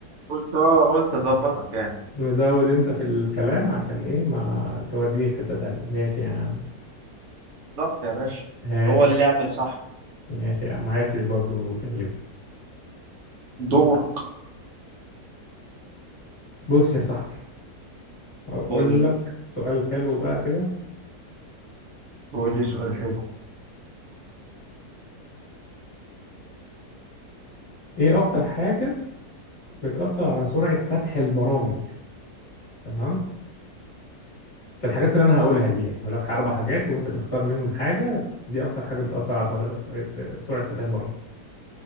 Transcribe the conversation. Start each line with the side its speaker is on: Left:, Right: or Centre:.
Right: قلت آه قلت أظبطك يعني
Left: مزود انت في الكلام عشان ايه ما توديني في حتة تانية ماشي يا عم
Right: بالظبط يا باشا
Left: ماشي
Right: هو اللعب صح
Left: ماشي يا عم ما عرفتش برضو تغلب
Right: دورك
Left: بص يا صاحبي اقول
Right: قول
Left: لك سؤال حلو بقى كده
Right: قول لي سؤال حلو
Left: ايه اكتر حاجة بتأثر على سرعة فتح البرامج تمام في الحاجات اللي انا هقولها دي يعني هقول لك اربع حاجات وانت تختار منهم حاجة دي اكتر حاجة بتأثر على سرعة سرعة فتح البرامج